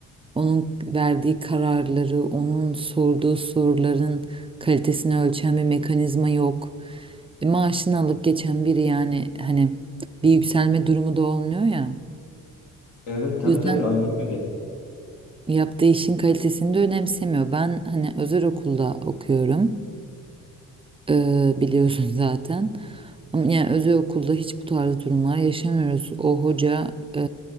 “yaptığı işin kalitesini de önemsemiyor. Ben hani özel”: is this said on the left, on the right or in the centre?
Right